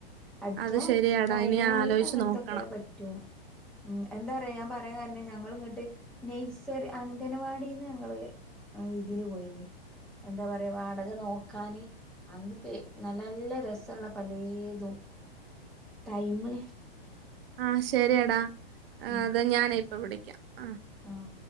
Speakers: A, in the centre; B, on the right.
A: അടിക്കാൻ
B: അത് ശരിയാടാ
A: പറ്റും കയ്യ്ണോലിക്ക്
B: ഇനി ആലോചിച്ചു
A: അങ്ങനത്തൊക്കെ
B: നോക്കണം
A: പറ്റും ഉം എന്താ പറയാ ഞാൻ പറയാൻ കാരണം ഞങ്ങൾ ഇങ്ങോട്ട് നെയ്സറി അംഗനവാടിന്ന് ഞങ്ങള് ആ ഇതിന് പോയിനി എന്താ പറയാ വാടക നോക്കാന് അന്ന്പ്പാ നല്ല നല്ല രസുള്ള പലേതും
B: <inaudible>
A: ടൈമ്
B: ആഹ ശരിയടാ
A: ഉം
B: അത് ഞാനെ ഇപ്പൊ വിളിക്കാം ആ
A: ആഹ്